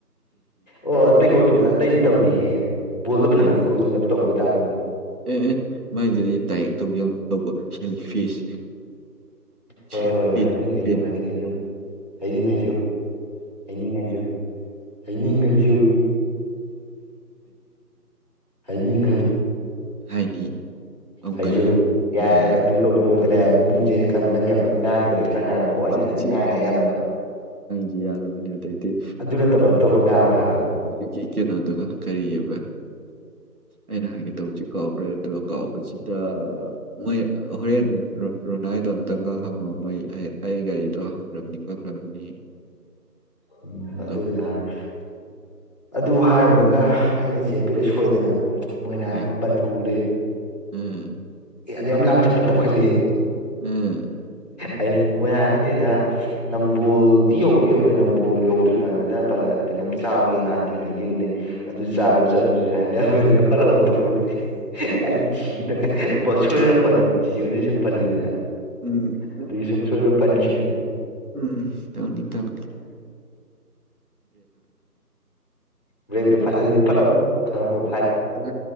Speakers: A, on the left; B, on the right.
A: ꯑꯣ ꯑꯇꯩ ꯑꯇꯩꯗꯤ ꯇꯧꯗꯦꯍꯦ ꯕꯣꯜꯗꯣ ꯐꯪꯉꯗꯤ
B: ꯇꯧꯗꯦ
A: ꯒꯣꯖꯅꯕ ꯇꯧꯕꯗ ꯇꯝꯅꯤ
B: ꯑꯦ ꯑꯦ ꯃꯥꯏꯗꯨꯗꯤ ꯗꯥꯏꯔꯦꯛ ꯇꯧꯒꯦ ꯇꯧꯕ ꯁꯦꯜ ꯐꯤꯁ <unintelligible>
A: ꯍꯣꯏ ꯍꯣꯏ ꯍꯣꯏ ꯍꯥꯏꯅꯤꯡ
B: <unintelligible>
A: ꯍꯥꯏꯖꯧ ꯍꯥꯏꯅꯤꯡ ꯍꯥꯏꯖꯧ
B: ꯄꯦꯅꯥꯗ
A: ꯍꯥꯏꯅꯤꯡ ꯍꯥꯏꯖꯧ ꯍꯥꯏꯅꯤꯡ ꯍꯥꯏꯖꯧ ꯍꯥꯏꯅꯤꯡ ꯍꯥꯏꯖꯧ ꯍꯥꯏꯅꯤꯡ
B: ꯍꯥꯏꯅꯤ ꯑꯃꯨꯛꯀꯁꯨ
A: ꯑꯩꯁꯨ
B: ꯍꯥꯏꯅꯤ ꯄꯦꯅꯥꯟ
A: ꯌꯥꯔꯦ ꯑꯗꯨ ꯇꯧꯗꯉꯗꯅꯦ ꯄꯨꯡꯁꯦ ꯈꯕ ꯅꯪ ꯌꯥꯝ ꯉꯥꯡꯗꯦ ꯕ꯭ꯔꯦꯛ ꯈꯔ ꯉꯥꯡꯕꯣꯛꯑꯣ ꯑꯩ
B: ꯁꯤ
A: ꯉꯁꯥꯏꯗ
B: ꯁꯤ
A: ꯉꯥꯡꯉꯦ ꯑꯌꯥꯝꯕꯅ
B: ꯁꯤ ꯌꯥꯜꯂꯕꯅꯤ ꯑꯇꯩ
A: ꯑꯗꯨ ꯅꯠꯇꯕ ꯑꯇꯣꯞꯄ ꯉꯥꯡꯉꯨ ꯍꯥꯏꯕ
B: ꯍꯧꯖꯤꯛꯀꯤ ꯀꯩꯅꯣꯗꯨꯒ ꯀꯔꯤꯑꯕ ꯑꯩꯅ ꯍꯥꯏꯪꯒꯦ ꯇꯧꯕꯁꯦ ꯀꯥꯎꯈ꯭ꯔꯦ ꯑꯗꯨꯒ ꯀꯥꯎꯕꯁꯤꯗ ꯃꯣꯏ ꯍꯣꯔꯦꯟ ꯔꯨꯅꯥꯏꯗꯣ ꯑꯨꯇꯪꯒ ꯍꯥꯡꯉꯣ ꯃꯩ ꯑꯩ ꯒꯥꯔꯤꯗꯣ ꯍꯪꯈ꯭ꯔꯕꯅꯤ ꯈꯣꯠꯈ꯭ꯔꯕꯅꯤ
A: ꯎꯝ
B: ꯑꯗꯣ
A: ꯑꯗꯨꯗ ꯍꯥꯏꯔꯦ ꯑꯗꯨ ꯍꯥꯏꯔꯣ ꯒ ꯑꯩꯅ ꯆꯦꯠꯄꯤꯔꯦ ꯁꯣꯏꯗꯅ ꯃꯣꯏꯅꯍ
B: ꯀꯩ
A: ꯄꯟꯊꯣꯛꯎꯔꯦ
B: ꯎꯝ
A: ꯑꯦ ꯑꯗꯨ ꯌꯥꯝ ꯂꯥꯅ ꯆꯠꯄ ꯇꯧꯈꯠꯂꯤꯑ
B: ꯎꯝ
A: ꯑꯩ ꯃꯣꯏ ꯍꯥꯏꯥꯡꯉꯗꯦꯗ ꯅꯝꯕꯣꯜꯗꯤ ꯌꯧ ꯌꯧꯔꯣꯏ ꯅꯝꯕꯣꯜ ꯌꯧꯗ꯭ꯔꯤꯀꯥꯟꯗ ꯑꯗꯥꯏ ꯃꯄꯥꯗ ꯀꯩꯅꯣꯝ ꯆꯥꯕꯒꯤ ꯅꯍꯥꯟ ꯊꯦꯡꯅꯈꯤꯕꯅꯦ ꯑꯗꯨ
B: ꯎꯝ
A: ꯆꯥꯕ ꯆꯠꯂꯨꯁꯦ ꯍꯥꯏꯅꯕꯅꯕꯅꯤ ꯄꯂ ꯑꯣꯟꯊꯣꯛꯄꯅꯤ ꯑꯩ ꯆꯗꯁ ꯑꯣꯏꯗ <unintelligible> ꯆꯦ ꯆꯦ ꯍꯣꯏꯗꯗꯤ ꯁꯨꯝ ꯄꯜꯂꯤꯗꯅ
B: ꯎꯝ ꯎꯝ
A: ꯑꯗꯨꯗꯁꯝꯁꯗ ꯄꯅꯤꯅꯤ
B: ꯎꯝ ꯇꯧꯅꯤ ꯇꯧꯅꯤꯕ꯭ꯔꯦ
A: ꯂꯩꯛꯇꯅꯤ ꯐꯂꯥꯎ ꯈꯥꯄ
B: ꯀ